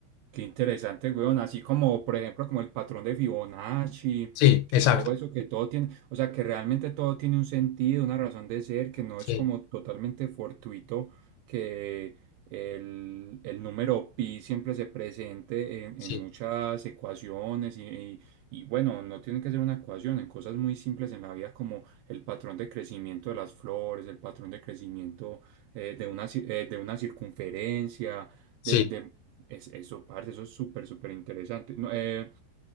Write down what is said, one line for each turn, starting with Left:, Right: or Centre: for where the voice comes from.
Right: Qué interesante, weón. Así como, por ejemplo, como el patrón de Fibonacci
Left: Sí, exacto.
Right: y todo eso, que todo tiene, o sea, que realmente todo tiene un sentido, una razón de ser, que no
Left: Sí,
Right: es como totalmente fortuito que el, el número pi siempre se presente en,
Left: sí,
Right: en muchas ecuaciones y, y, y bueno, no tiene que ser una ecuación, en cosas muy simples en la vida como el patrón de crecimiento de las flores, el patrón de crecimiento eh, de una, ci- eh, de una circunferencia
Left: sí,
Right: de, de es, eso, parce, eso es súper, súper interesante. No, eh,